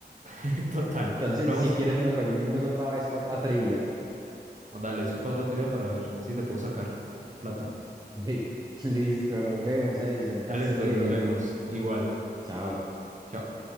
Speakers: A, on the right; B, on the right.
A: <laughs> Total.
B: Entonces,
A: Pero vamos,
B: si quieres, nos reunimos otra vez para otra trivia.
A: oh, dale, después para otra tibia para ver si te puedo sacar plata.
B: <laughs> Sí, listo, nos vemos, Edison,
A: Dale,
B: que estés
A: pues,
B: bien.
A: nos vemos. Igual.
B: Chao.
A: Chao.